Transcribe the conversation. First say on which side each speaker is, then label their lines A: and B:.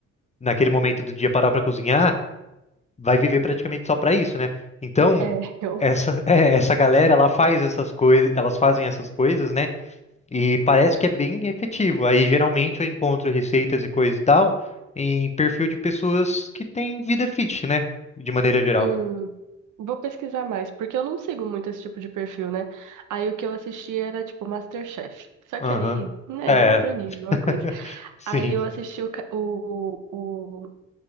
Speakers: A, on the left (about 20°); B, on the right (about 80°).
A: naquele momento do dia parar pra cozinhar, vai viver praticamente só pra isso, né? Então,
B: É, <laughs> eu.
A: essa <laughs> é, essa galera, ela faz essas coisas, elas fazem essas coisas, né? E parece que é bem efetivo. Aí geralmente eu encontro receitas e coisa e tal em perfil de pessoas que têm vida fit, né? De maneira geral.
B: Hum, vou pesquisar mais, porque eu não sigo muito esse tipo de perfil, né? Aí o que eu assisti era, tipo, MasterChef. Só
A: Aham.
B: que aí, né,
A: É,
B: é um outro nível,
A: <laughs>
B: uma coisa.
A: sim,
B: Aí eu assisti o, ca- o, o